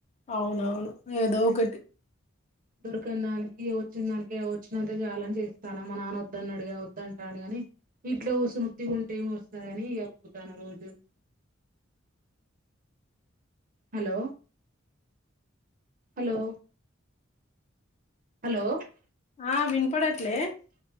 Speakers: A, on the left (about 35°); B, on the right (about 45°).
A: అవునవును ఏదో ఒక
B: దొరికన దానికి వచ్చిన దానికి వచ్చినంతే చాలని చేస్తాను మా నాన్న వద్దన్న అడిగా వద్దుంటాను గాని ఇంట్లో ఉత్తిగా కుసుంటే ఏమి వస్తుందనిప్పుతాను రోజు హలో హలో హలో
A: ఆ వినపడట్లే